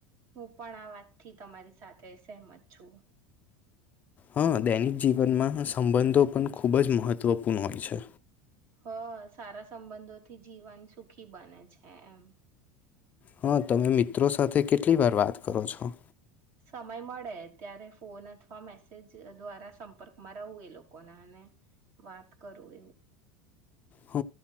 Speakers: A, on the right; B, on the left.
A: હું પણ આ વાતથી તમારી સાથે સહેમત છું
B: હા દૈનિક જીવનમાં સંબંધો પણ ખૂબ જ મહત્વપૂર્ણ હોય છે
A: હ સારા સંબંધોથી જીવન સુખી બને છે એમ
B: હા તમે મિત્રો સાથે કેટલી વાર વાત કરો છો
A: સમય મળે ત્યારે ફોન અથવા મેસેજ દ્વારા સંપર્કમાં રહવું એ લોકોના અને વાત કરું એવું
B: હ